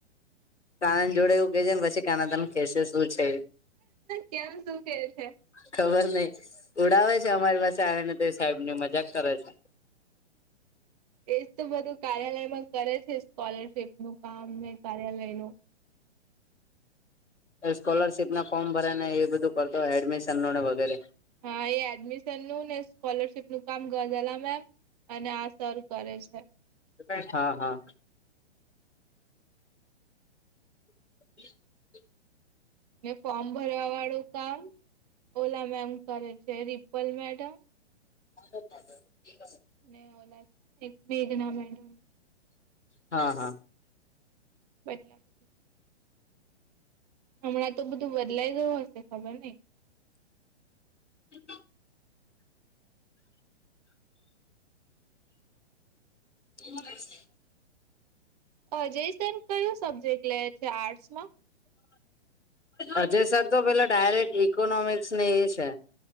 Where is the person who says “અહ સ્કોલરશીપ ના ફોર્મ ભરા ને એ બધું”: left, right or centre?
Left